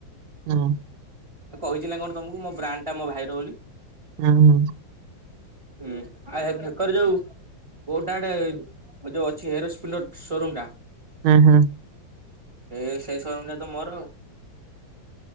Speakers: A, on the right; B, on the right.
A: ହଁ।
B: ଏ କହିଛି ନା କଣ ତମକୁ ମୋ ବ୍ରାଣ୍ଡ ଟା ମୋ ଭାଇର ବୋଲି?
A: ହୁଁ ହୁଁ।
B: <unintelligible> ଯୋଉ କୋଉଟା ଆଡ଼େ ଯୋଉ ଅଛି ହେରୋ ସ୍ପ୍ଲିଣ୍ଡର ସୋରୁମ୍ ଟା
A: ହଁ ହଁ।
B: ଏ ସେଇ ସୋରୁମ ଟା ତ ମୋର ଆଉ